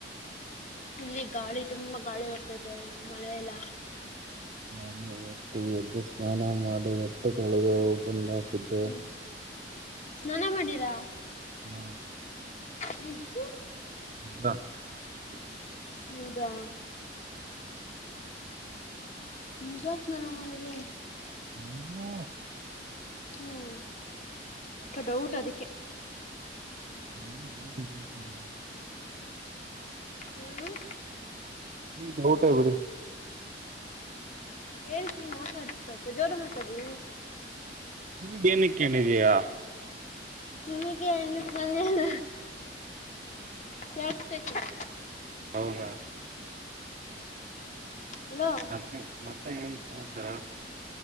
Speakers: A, on the left; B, on the right.
A: ಇಲ್ಲಿ ಗಾಳಿ ತುಂಬಾ ಗಾಳಿ ಬರ್ತೈತೆ ಮಳೆಲ್ಲ
B: ನಾನು ಹೊತ್ತು ಎದ್ದು ಸ್ನಾನ ಮಾಡಿ ಬಟ್ಟೆ ತೊಳದು ಬಂದ ಹಾಕಿದ್ದೆ.
A: ಹ್ಮ್ ಸ್ನಾನ ಮಾಡೀರಾ
B: ಹಾ
A: ನಿಜು <inaudible>
B: ಹ ಹಾ
A: ಹೌದಾ ನಿಜಾ ಸ್ನಾನ ಮಾಡಿರ
B: ಹೌದು
A: ಹ್ಮ್ ಡೌಟ್ ಅದಕ್ಕೆ
B: ನೀ ಬ <inaudible>
A: ಹ್ಮ್
B: ಡೌಟ್ ಬಿಡಿ.
A: ಹೇಳಿದೀ ಮಾತಾಡ್ ಸ್ವಲ್ಪ ಜ್ವರ ಮಾತಾಡು.
B: ನಿಮ್ಗೆನಕ್ಕೇನಿದಯಾ.
A: ನಿಮಗೆ ಇಟ್ಕೊಂಡಿಲ್ಲ ಕೇಳಿಸ್ತಾ ಇದೆ.
B: ಹೌದಾ
A: ಹಲೋ
B: ಮತ್ತೆ ಮತ್ತೆ ಏನ್ ಸಮಾಚಾರ.